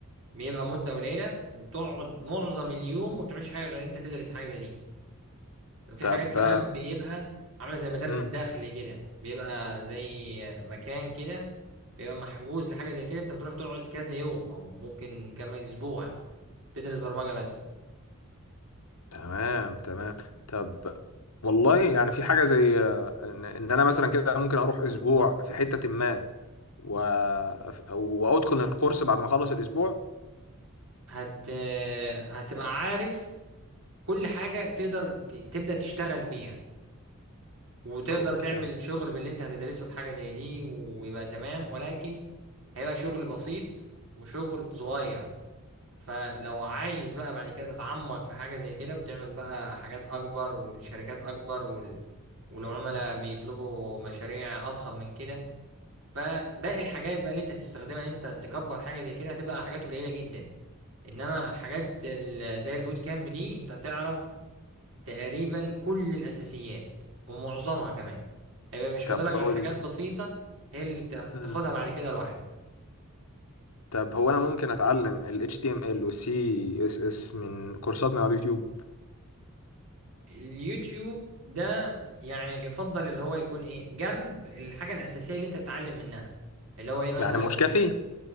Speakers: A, on the right (about 65°); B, on the left (about 90°).
A: بيبقى مدة قليلة وبتقعد معظم اليوم ما بتعملش حاجة غير انت تدرس حاجة زي دي في
B: طب
A: حاجات كمان بيبقى عاملة زي مدارس
B: امم
A: الداخل كده بيبقى زي مكان كده بيبقى محجوز لحاجة زي كده انت بتروح تقعد كذا يوم او ممكن كمان اسبوع تدرس برمجة بس
B: تمام تمام طب والله يعني في حاجة زي آه، ان إن انا مثلا كده ممكن اروح اسبوع في حتة ما و... وادخل الكورس بعد ما اخلص الاسبوع
A: هت هتبقى عارف كل حاجة تقدر ت... تبدأ تشتغل بيها وتقدر
B: اوكي
A: تعمل شغل باللي انت هتدرسه في حاجة زي دي ويبقى تمام ولكن هيبقى شغل بسيط وشغل صغير فلو عايز بقى بعد كده تتعمق في حاجة زي كده وتعمل بقى حاجات أكبر والشركات أكبر وال... والعملاء بيطلبوا مشاريع أضخم من كده فباقي الحاجات بقى اللي أنت هتستخدمها إن أنت تكبر حاجة زي كده هتبقى حاجات قليلة جدا إنما حاجات ال... زي البوت كامب دي أنت هتعرف تقريبا كل الأساسيات ومعظمها كمان هيبقى مش فاضلك
B: طب
A: غير
B: بقول
A: حاجات بسيطة هي اللي ت- تاخدها
B: لك
A: بعد كده لوحدك
B: طب هو انا ممكن اتعلم ال HTML وال CSS من كورسات من على اليوتيوب
A: اليوتيوب ده يعني يفضل اللي هو يكون ايه جنب الحاجة الأساسية اللي انت بتتعلم منها اللي هو ايه مثلا
B: يعني مش كافي